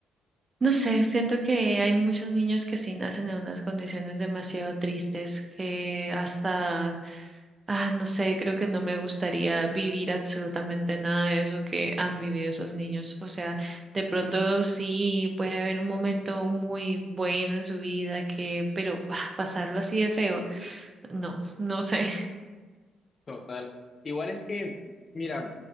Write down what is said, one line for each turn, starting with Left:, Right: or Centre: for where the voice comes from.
Right: No sé, siento que hay muchos niños que sí nacen en unas condiciones demasiado tristes, que hasta, ah, no sé, creo que no me gustaría vivir absolutamente nada de eso que han vivido esos niños. O sea, de pronto sí puede haber un momento muy bueno en su vida que, pero ah, pasarlo así de feo, no, no sé.
Left: Total. Igual es que, mira,